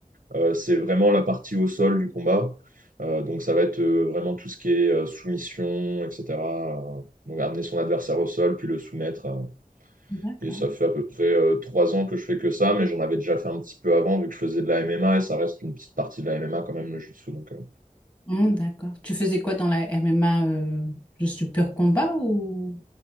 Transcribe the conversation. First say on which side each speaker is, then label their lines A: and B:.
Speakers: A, on the right; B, on the left.
A: euh, c'est vraiment la partie au sol du combat. Euh, donc ça va être euh, vraiment tout ce qui est euh, soumission, etc. Euh, Donc amener son adversaire au sol, puis le soumettre. euh.
B: D'accord.
A: Et ça fait à peu près euh, trois ans que je fais que ça, mais j'en avais déjà fait un petit peu avant, vu que je faisais de la MMA, et ça reste une petite partie de la MMA quand même, le jiu-jitsu. Donc euh.
B: Hum, d'accord. Tu faisais quoi dans la MMA euh, juste du pur combat ou